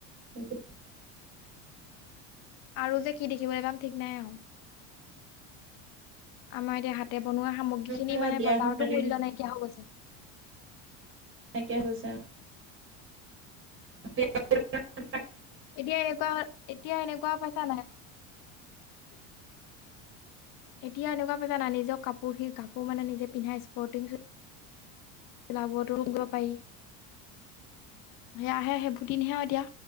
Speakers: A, on the right; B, on the left.
A: সেইটো
B: আৰু যে কি দেখিবলৈ পাম, ঠিক নাই আৰু আমাৰ এতিয়া হাতে বনোৱা সামগ্ৰী খিনি
A: ধৰা
B: মানে
A: বিয়াখন
B: বজাৰতো
A: পাতি
B: মূল্য নাইকিয়া হৈ গৈছে।
A: নাইকিয়া হৈছে আহ। <unintelligible>
B: এতিয়া এনেকুৱা এতিয়া এনেকুৱা পাইছা নাই। এতিয়া এনেকুৱা পাজানা নিজৰ কাপোৰ সি কাপোৰ মানে নিজে পিন্ধাই স্পৰ্টিং যোৰ গিলাবোৰতো ৰু কৰিব পাৰি সেয়াহে সেইবোৰদিনহে এতিয়া।